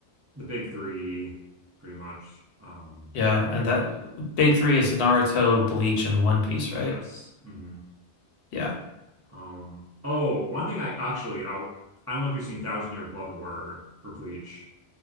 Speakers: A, on the right (about 25°); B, on the left (about 85°).
A: the big three pretty much. Um,
B: Yeah, and that big three is Naruto, Bleach, and One Piece,
A: yes.
B: right?
A: hmm
B: Yeah.
A: Um, oh, one thing I actually I I don't know if you've seen Thousand Year Blood War for Bleach.